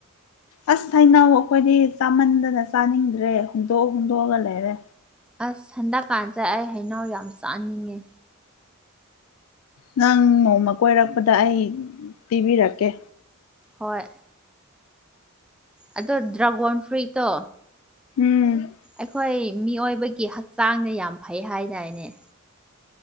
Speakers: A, on the left; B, in the centre.
A: ꯑꯁ ꯊꯩꯅꯧ ꯑꯈꯣꯏꯗꯤ ꯆꯥꯃꯟꯗꯅ ꯆꯥꯅꯤꯡꯗ꯭ꯔꯦ ꯍꯨꯟꯗꯣꯛ ꯍꯨꯟꯗꯣꯛꯑꯒ ꯂꯩꯔꯦ
B: ꯑꯁ ꯍꯟꯗꯛꯀꯥꯟꯁꯦ ꯑꯩ ꯍꯩꯅꯧ ꯌꯥꯝ ꯆꯥꯅꯤꯡꯉꯦ
A: ꯅꯪ ꯅꯣꯡꯃ ꯀꯣꯏꯔꯛꯄꯗ ꯑꯩ ꯄꯤꯕꯤꯔꯛꯀꯦ
B: ꯍꯣꯏ ꯑꯗꯣ ꯗ꯭ꯔꯒꯣꯟ ꯐ꯭ꯔꯨꯏ ꯇꯣ
A: ꯎꯝ
B: ꯑꯩꯈꯣꯏ ꯃꯤꯑꯣꯏꯕꯒꯤ ꯍꯛꯆꯥꯡꯗ ꯌꯥꯝ ꯐꯩ ꯍꯥꯏꯗꯥꯏꯅꯦ